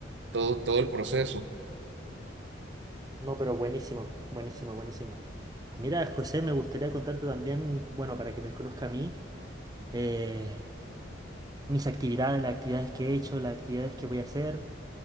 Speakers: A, on the right; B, on the right.
A: todo, todo el proceso.
B: no, pero buenísimo, buenísimo, buenísimo. Mira, José, me gustaría contarte también, bueno, para que me conozca a mí, eh, mis actividades, las actividades que he hecho, las actividades que voy a hacer.